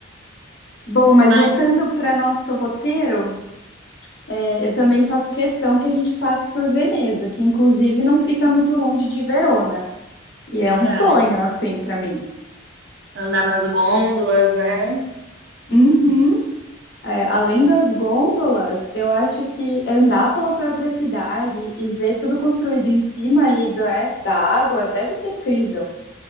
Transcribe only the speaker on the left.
Bom, mas
voltando para nosso roteiro, é, eu também faço questão que a gente passe por Veneza, que inclusive não fica muito longe de Verona. E
é um sonho, assim, para mim.
Uhum. É, além das gôndolas, eu acho que andar pela própria cidade e ver tudo construído em cima ali da, é, da água deve ser incrível.